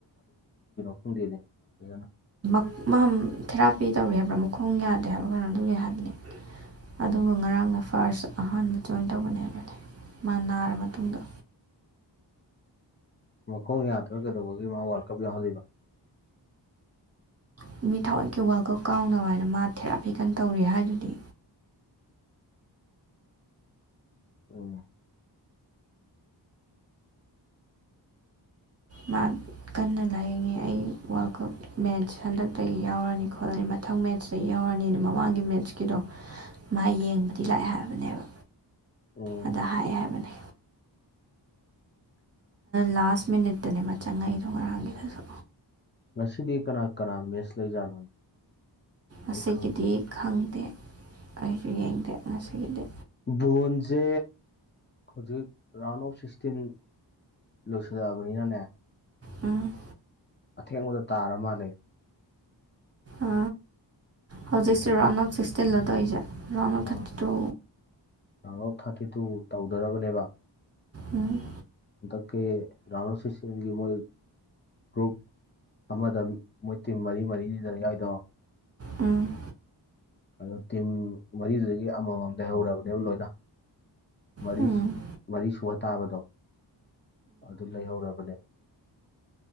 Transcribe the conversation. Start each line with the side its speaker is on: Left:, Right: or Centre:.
Left: ꯈꯪꯗꯦꯅꯦ ꯐꯖꯅ
Right: <unintelligible> ꯃꯥ ꯊꯦꯔꯥꯄꯤ ꯇꯧꯋ ꯍꯥꯏꯕ꯭ꯔꯥ ꯃꯈꯣꯡ ꯌꯥꯗꯦ ꯍꯥꯏꯕ꯭ꯔꯥ ꯀꯩꯅꯣ ꯑꯗꯨꯒꯤ ꯍꯥꯏꯕꯅꯦ ꯑꯗꯨꯒ ꯉꯔꯥꯡꯅ ꯐꯥꯔꯁ ꯑꯍꯥꯟꯕ ꯖꯣꯏꯟ ꯇꯧꯕꯅꯦ ꯍꯥꯏꯕꯅꯦ ꯃꯥ ꯅꯥꯔꯕ ꯃꯇꯨꯡꯗ
Left: ꯃꯈꯣꯡ ꯌꯥꯗ꯭ꯔꯥ ꯀꯩꯗꯧꯕꯒꯤ ꯃꯥ ꯋꯥꯔꯜ ꯀꯞ ꯌꯥꯎꯍꯜꯂꯤꯕ
Right: ꯅꯨ ꯃꯤ ꯊꯋꯥꯠꯀꯤ ꯋꯥꯔꯜ ꯀꯞ ꯀꯥꯎꯅꯕ ꯍꯥꯏꯅ ꯃꯥ ꯊꯦꯔꯥꯄꯤ ꯀꯟꯅ ꯇꯧꯔꯤ ꯍꯥꯏꯗꯨꯗꯤ
Left: ꯑꯣ
Right: ꯃꯥ ꯀꯟꯅ ꯂꯥꯏꯌꯦꯡꯉꯤ ꯑꯩ ꯋꯥꯔꯜ ꯀꯞ ꯃꯦꯠꯆ ꯍꯟꯗꯛꯇꯒꯤ ꯌꯥꯎꯔꯅꯤ ꯈꯣꯠꯂꯅꯤꯅ ꯃꯠ ꯃꯊꯪ ꯃꯦꯠꯁꯇꯩ ꯌꯧꯔꯅꯤꯅ ꯃꯃꯥꯡꯒꯤ ꯃꯦꯠꯁꯀꯤꯗꯣ ꯃꯥ ꯌꯦꯡꯕꯗꯤ ꯂꯥꯛꯑꯦ ꯍꯥꯏꯕꯅꯦꯕ
Left: ꯎꯝ
Right: ꯑꯗ ꯍꯥꯏ ꯍꯥꯏꯕꯅꯦ ꯂꯥꯁ ꯃꯤꯅꯤꯠꯇꯅꯦ ꯃꯥ ꯆꯪꯉꯛꯏꯗꯣ ꯉꯔꯥꯡꯒꯤꯗꯨꯁꯨ
Left: ꯉꯁꯤꯗꯤ ꯀꯅꯥ ꯀꯅꯥ ꯃꯦꯠꯁ ꯂꯩꯖꯥꯠꯅꯣꯅꯦ
Right: ꯑꯁꯤꯒꯤꯗꯤ
Left: ꯑꯩ ꯈꯪꯗꯦ
Right: ꯈꯪ ꯗꯦ ꯑꯩꯁꯨ ꯌꯦꯡꯗꯦ ꯉꯁꯤꯒꯤꯗꯤ
Left: ꯕꯣꯟꯁꯦ ꯍꯧꯖꯤꯛ ꯔꯅꯣꯞ ꯁꯤꯛꯁꯇꯤꯟ ꯂꯣꯏꯁꯤꯜꯂꯛꯑꯕꯅꯤꯅꯅꯦ
Right: ꯎꯝ
Left: ꯑꯊꯦꯡꯕꯗ ꯇꯥꯔ ꯃꯥꯜꯂꯦ
Right: ꯑ ꯍꯧꯖꯤꯛꯁꯤ ꯔꯥꯎꯟ ꯑꯥꯎꯠ ꯁꯤꯛꯁꯇꯤꯟ ꯂꯣ ꯇꯧꯏꯖꯦ round of
Left: ah
Right: thirty two
Left: round of thirty two ꯇꯧꯗꯔꯕꯅꯦꯕ
Right: ꯎꯝ
Left: ꯍꯟꯗꯛꯀꯤ ꯔꯥꯎꯟ ꯑꯣꯞ ꯁꯤꯛꯁꯇꯤꯟꯒꯤ ꯃꫭꯏ ꯒ꯭ꯔꯨꯞ ꯑꯃꯗ ꯃꯣꯏ ꯇꯤꯝ ꯃꯔꯤ ꯃꯔꯤꯅꯤꯗꯅ ꯌꯥꯎꯔꯤꯗꯣ
Right: ꯎꯝ
Left: ꯑꯗꯨ ꯇꯤꯝ ꯃꯔꯤꯗꯨꯗꯒꯤ ꯑꯃꯃꯝ ꯂꯩ ꯍꯧꯔꯕꯅꯦꯕ ꯂꯣꯏꯅ ꯃꯔꯤ
Right: ꯎꯝ
Left: ꯃꯔꯤ ꯁꯨꯕ ꯇꯥꯕꯗꯣ ꯑꯗꯨ ꯂꯩꯍꯧꯔꯕꯅꯦꯕ